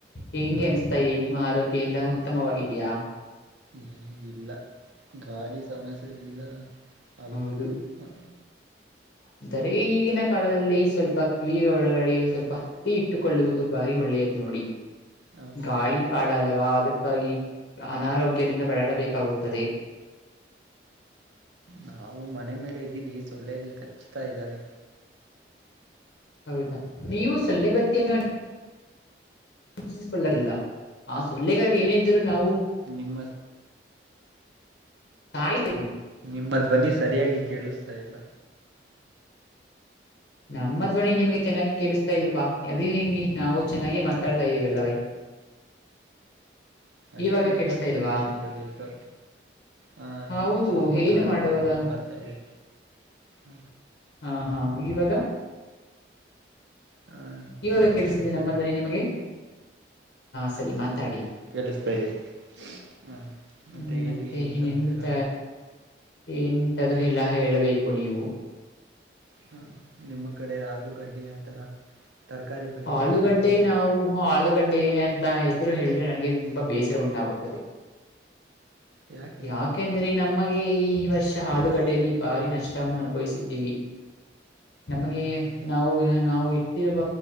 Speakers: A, on the left; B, on the right.
A: ಹೆಂಗೆ
B: ಹ
A: ಅನ್ಸ್ತಾ ಇರಿ ನಿಮ್ಮ ಆರೋಗ್ಯ ಎಲ್ಲಾ ಉತ್ತಮವಾಗಿದ್ಯಾ?
B: ಏ ಇಲ್ಲ ಗಾಳಿ ಸಮಸ್ಯೆದಿಂದ- ಅದು
A: ಹೌದು
B: ಹ್ಮ
A: ಅಂದರೆ ಈಗಿನ ಕಾಲದಲ್ಲಿ ಸ್ವಲ್ಪ ಕಿವಿಯಿಗೆ ಒಳಗಡೆ. ಸ್ವಲ್ಪ ಹತ್ತಿ ಇಟ್ಟುಕೊಳ್ಳುವುದು ಬಾರಿ ಒಳ್ಳೆಯದು ನೋಡಿ
B: ಹೌದು
A: ಗಾಳಿ ಕಾಳ ಅಲ್ಲವಾ. ಅದಕ್ಕಾಗಿ ಅನಾರೋಗ್ಯದಿಂದ ಬಳಲಬೇಕಾಗುತ್ತದೆ.
B: ನಾವು ಮನೆ ಮೇಲೆ ಇದ್ದೀವಿ ಸೊಳ್ಳೆ ಖಚ್ಛತಾ ಇದ್ದಾವೆ.
A: ಹೌದಾ ನೀವು ಸೊಳ್ಳೆ ಬತ್ತಿಯನ್ನು ಹಚ್ಚಿಕೊಳ್ಳಲಿಲ್ಲ ಆ ಸೊಳ್ಳೆಗೆ ಏನಿದ್ದರೂ ನಾವು
B: ನಿಮ್ಮ
A: ಆಯ್ತ್-
B: ನಿಮ್ಮ ಧ್ವನಿ ಸರಿಯಾಗಿ ಕೇಳಿಸ್ತಾ ಇಲ್ಲ.
A: ನಮ್ಮ ಧ್ವನಿ ನಿಮ್ಗೆ ಚೆನ್ನಾಗಿ ಕೇಳಿಸ್ತಾ ಇಲ್ವಾ ಅದ ಹೆಂಗಿ ನಾವು ಚೆನ್ನಾಗಿ
B: ಹ
A: ಮಾತಾಡ್ತಾ ಇದೀವಿಲ್ಲವೇ. <inaudible>
B: ಅದೇ
A: ಇವಾಗ
B: ನೆಟ್ವರ್ಕ್
A: ಕೇಳಿಸ್ತಾ ಇಲ್ವಾ
B: ಸಮಸ್ಯೆ ಇರಬೇಕು. ಹಾ
A: ಹೌದು
B: ಈ ಸ್ವಲ್ಪ
A: ಏನು
B: ಗಾಲಿ
A: ಮಾಡುವದ
B: ಬಂದ ಬರ್ತಾ ಇದೆ ಹ.
A: ಹಾ ಹಾ ಇವಾಗ
B: ಹ
A: ಇವಾಗ ಕೇಳಸತದೆ
B: ಕೇಳಿಸ್ತಾ
A: ನಮ್ಮ
B: ಇದೆ
A: ಧ್ವನಿ ನಿಮಗೆ? ಸರಿ
B: ಹಾ
A: ಮಾತಾಡಿ
B: ಕೇಳಿಸ್ತಾ ಇದೆ. ಹ
A: ಹ್ಮ್ ಮತ್ತೆ
B: ಹೇಳಿ ಏನ್
A: ಇನ್ನಂತ.
B: ಸಮಾಚಾರ
A: ಎಂತದು ಎಲ್ಲಾ ಹೇಳಬೇಕು ನೀವು.
B: ಹ ನಿಮ್ಮ ಕಡೆ ಆಲೂಗಡ್ಡೆ ಆತರ ತರಕಾರಿ ಬೆಳೆಗಳು
A: ಆಲೂಗಡ್ಡೆ
B: ಬೆಳೆಯಲ್ವಾ
A: ನಾವು ಆಲೂ ಗಡ್ಡೆ ಅಂತ ಹೆಸರು ಹೇಳಿದ್ರೆ ನನಗೆ ತುಂಬಾ ಬೇಸರ ಉಂಟಾಗುತ್ತದೆ.
B: ಯಾಕೆ
A: ಯಾಕೆಂದ್ರೆ ನಮ್ಮಗೆ ಈ ವರ್ಷ ಆಲೂಗಡ್ಡೆಯಲ್ಲಿ ಭಾರಿ ನಷ್ಟವನ್ನು ಅನುಭವಿಸಿದ್ದೀವಿ. ನಮಗೆ
B: ಹ ಹೌದು
A: ನಾವು ನಾವು ಇಟ್ಟಿರುವ